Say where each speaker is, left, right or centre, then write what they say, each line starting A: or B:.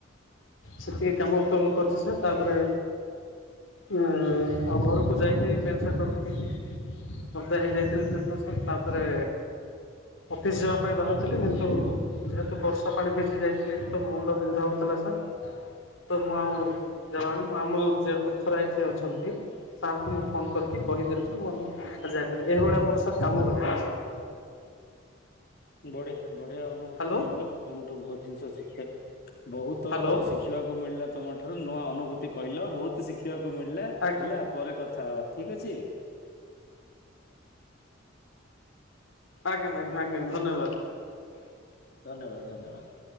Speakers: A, on the left; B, on the left.
A: ସେତିକି କାମ ତ କରିଚି ସାର୍ ତାପରେ ଉ ଆଉ ଘରକୁ ଯାଇକି ପ୍ୟାଣ୍ଟ୍ ସାଟ୍ ର ଅଦା ହେଇଯାଇଥିଲି ସେଦିନ ସାର୍ ତାପରେ ଅଫିସ୍ ଯିବା ପାଇଁ ବାହାରୁଥିଲି କିନ୍ତୁ ଯେହେତୁ ବର୍ଷା ପାଣି ଭିଜି ଯାଇଥିଲି ତ ମୁଣ୍ଡ ବିନ୍ଧା ହେଉଥିଲା ସାର୍
B: <inaudible>
A: ତ ମୁଁ ଆଉ ଜାଇନି ମୁଁ ଆମୁଲ୍ ଯେ ଅଥରାଇଜ ଅଛନ୍ତି ସାର୍ଙ୍କୁ ମୁଁ ଫୋନ୍ କରି କହିଦେଲି ଯେ ମୁଁ ଆଉ ଯାଇପାରିବି ଏଗୁଡ଼ା ମୋର ସାର୍ କାମ ରହିଲା ସାର୍
B: ବଢ଼ିଆ ବଢ଼ିଆ ଅନୁଭୂତି
A: ହ୍ୟାଲୋ
B: କହିଲ ତମଠୁ ବହୁତ୍ ଜିନିଷ ଶିଖିବା ବହୁତ
A: ହ୍ୟାଲୋ
B: ଶିକ୍ଷା ଶିଖିବାକୁ ମିଳିଲା ତମ ଠାରୁ ନୂଆ ଅନୁଭୂତି କହିଲ ବହୁତ୍ ଶିଖିବାକୁ ମିଳିଲା
A: ଆଜ୍ଞା
B: ହେଲା। ପରେ କଥା ହବା ଠିକ୍ ଅଛି।
A: ଆଜ୍ଞା ଆଜ୍ଞା ଆଜ୍ଞା ଧନ୍ୟବାଦ।
B: ଧନ୍ୟବାଦ୍ ଧନ୍ୟବାଦ୍।